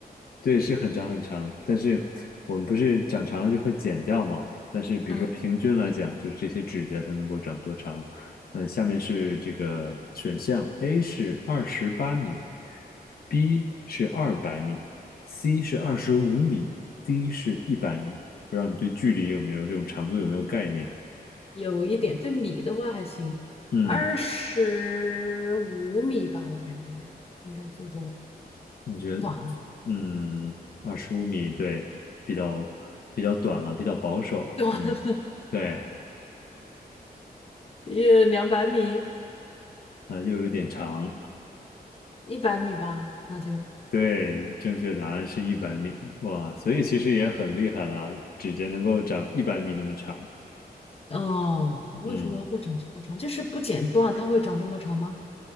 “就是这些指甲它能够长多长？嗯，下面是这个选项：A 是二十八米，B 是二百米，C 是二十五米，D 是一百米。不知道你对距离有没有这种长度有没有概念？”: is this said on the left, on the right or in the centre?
Left